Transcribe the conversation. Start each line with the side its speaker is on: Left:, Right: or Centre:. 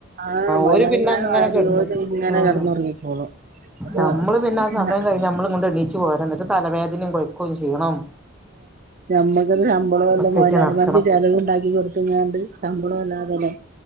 Right: ആ മൊയലാളിമാരി
Centre: ഓര് പിന്നെ അങ്ങനെ കിടന്നു
Right: ഓലിങ്ങനെ
Centre: ഉം
Right: കിടന്നുറങ്ങിക്കോളും <unintelligible>
Centre: നമ്മള് പിന്നെ ആ സമയം കഴിഞ്ഞ് <unintelligible> തലവേദനയും കൊഴക്കും ഷീണോം
Right: ആഞമ്മക്കല്ല ശമ്പളം വല്ല
Centre: ഒക്കെയിട്ട്
Right: മുതലാളിമാർക്ക്
Centre: നടക്കണം
Right: ചെലവ് ഉണ്ടാക്കി കൊടുത്തങ്ങാണ്ട് ശമ്പളം അല്ലാതെല്ലെ